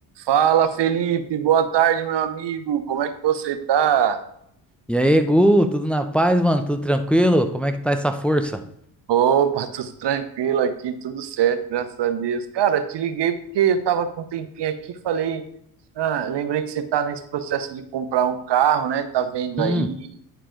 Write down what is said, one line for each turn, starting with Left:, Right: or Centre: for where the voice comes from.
Right: Fala, Felipe, boa tarde, meu amigo. Como é que você tá?
Centre: E aí, Gu, tudo na paz, mano? Tudo tranquilo? Como é que tá essa força?
Right: Opa, tudo tranquilo aqui, tudo certo, graças a Deus. Cara, te liguei porque eu tava com um tempinho aqui, e falei, ah, lembrei que você tá nesse processo de comprar um carro, né? Tá vendo
Centre: Hum.
Right: aí,